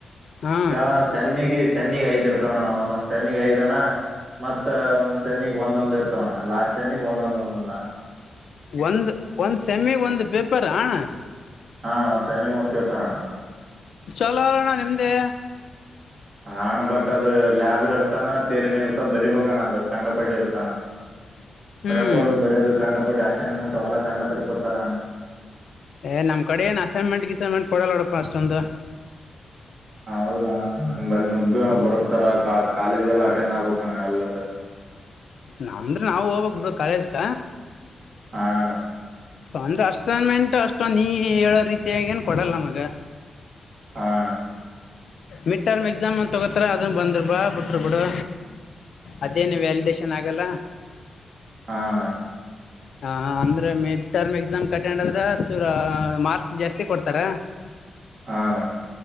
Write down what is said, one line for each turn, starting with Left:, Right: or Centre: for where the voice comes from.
Left: ಹಾ
Right: ಕಣ ಸಮ್ಮಿಗೆ ಸಮ್ಮಿಗೆ ಐದ್ ಇರ್ತವನಣ ನಾವ ಒಂದೊಂದ್ ಸಮ್ಮಿ ಐದಣ್ಣ ಮತ್ತ ಒಂದೊಂದ್ ಸೆಮಿಗ್ ಒಂದೊಂದ್ ಇರ್ತವಣ್ಣ ಲಾಸ್ಟ್ ಸೆಮಿಗ್ ಒಂದೊಂದ್ ಒಂದೊಂದಣ
Left: ಒಂದ ಒಂದ್ ಸಮ್ಮಿ ಒಂದು್ ಪೇಪರ್ ಹಣ್ಣ
Right: ಹಣ ಒಂದಂದು ಸೆಮಿಂಗ ಒಂದಂದು ಪೇಪರ್ಣ
Left: ಚಲೋ ರೋಣ ನಿಮ್ದೇ
Right: ಹಣ ಬಟ್ ಅದ ಲ್ಯಾಬ್ರ್ ಇರ್ತಾನ ತೇರಿನ ಇರ್ತ ಬರಿಬೇಕಣ ಅದ ಕಂಡಪಟ್ಟ ಇರ್ತಾನ
Left: ಹ್ಮ್
Right: ರಕಡು ಬರಯೋದು ಕಂಡಪಟ್ಟ ಅಸೈನ್ಮೆಂಟ್ ಅವ ಅವಲ್ಲ ಕಂಡಪಟ್ಟಿ ಕೊಡ್ತಾರ ಅವಣ
Left: ಏ ನಮ್ ಕಡೆ ಏನ್ ಅಸೈನ್ಮೆಂಟ್ ಗಿಸೈನ್ಮೆಂಟ್ ಕೊಡಲ್ಲ ನೋಡಪ್ಪ ಅಷ್ಟೊಂದು
Right: ಹೌದಾಲ್ಲಿ ನುಗ್ಗೋಣ
Left: ಹ್ಮ್
Right: ಬರ್ಸ್ತಾರ ಕಾಲೇಜ್ಗೆಲ್ಲ ಅಟೆಂಡ್ ಆಗ್ಬೇಕಣ್ಣ ಎಲ್ಲ ಹ
Left: ನಂದ್ರ ನಾವವು ಹೋಗ್ಕ್ ಬಿಡು ಕಾಲೇಜ್ಕ
Right: ಹಣ
Left: ಅಂದ್ರೆ ಅಸ್ಸೈನ್ಮೆಂಟ್ ಅಷ್ಟೊ ನೀ ಹೇಳೋ ರೀತಿಯೇನ್ ಕೊಡಲ್ಲ ನಮಗ
Right: ಹಣ
Left: ಮಿಡ್ ಟರ್ಮ್ ಎಕ್ಸಾಮ್ ಅಂತ ತೊಗೋತಾರ ಅದನ್ನು ಬಂದರು ಬಾ ಬಿಟ್ರು ಬಿಡು ಅದೇನು ವ್ಯಾಲ್ಡೇಶನ್ ಆಗಲ್ಲ
Right: ಹಣ
Left: ಹಾ ಅಂದ್ರೆ ಮಿಡ್ ಟರ್ಮ್ ಎಕ್ಸಾಮ್ ಕಟೆಂಡ್ ಆದ್ರೆ ಚೂರ ಮಾರ್ಕ್ಸ್ ಜಾಸ್ತಿ ಕೊಡ್ತಾರ
Right: ಆಣ